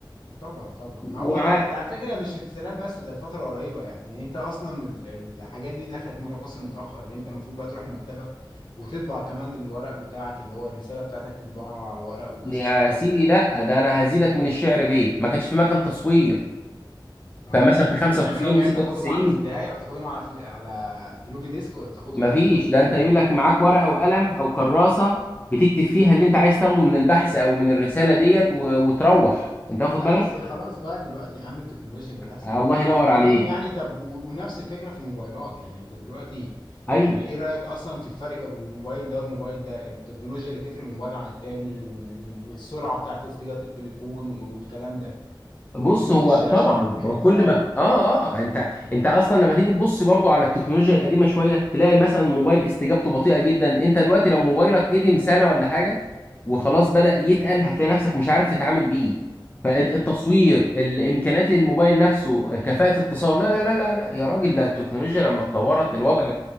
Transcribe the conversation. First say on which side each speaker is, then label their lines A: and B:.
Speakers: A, on the left; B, on the left.
A: طبعا طبعا ما هو
B: ومعاه
A: ده ده على فكره مش في التسليم بس ده الفتره قريبه يعني, يعني انت اصلا ال- الحاجات دي دخلت مصر متاخر لان انت المفروض بقى تروح المكتبه وتطبع كمان الورق بتاعك اللي هو الرساله بتاعتك تطبعها على ورق وقصص
B: يا
A: كده
B: سيدي لا ده انا هزيدك من الشعر بيه ما كانش في مكان تصوير
A: اه
B: فمثلا
A: كنت
B: في 95
A: بتعملهم ايه
B: و96
A: بتاخدهم على سي دي اي او بتاخدهم على فل... على فلوبي ديسك ولا بتاخدهم
B: مفيش
A: في ولا بتعمل
B: ده انت يقول
A: ايه
B: لك معاك ورقه وقلم او كراسه بتكتب فيها اللي انت عايز تاخده من البحث او من الرساله ديت و... وتروح انت واخد
A: لا
B: بالك
A: بس خلاص بقى دلوقتي يا عم التكنولوجيا بقت احسن
B: الله
A: بكتير
B: ينور
A: في العموم
B: عليك
A: يعني طب و... ونفس الفكره في الموبايلات يعني انت دلوقتي
B: ايوه
A: يعني ايه رايك اصلا في الفرق ما بين الموبايل ده والموبايل ده التكنولوجيا اللي تفرق موبايل عن التاني وال... وال... والسرعه بتاعت استجابه التليفون و... والكلام ده وكروت
B: بص هو
A: الشاشه
B: طبعا
A: <clears throat>
B: هو كل
A: اه
B: ما اه اه انت انت اصلا لما تيجي تبص برضو على التكنولوجيا القديمه شويه تلاقي مثلا موبايل استجابته بطيئه جدا انت دلوقتي لو موبايلك قدم سنه ولا حاجه وخلاص بدأ يتقل هتلاقي نفسك مش عارف تتعامل بيه فالتصوير
A: ايوه
B: الامكانيات الموبايل نفسه كفاءة اتصال لا لا لا لا لا يا راجل ده التكنولوجيا لما اتطورت الوضع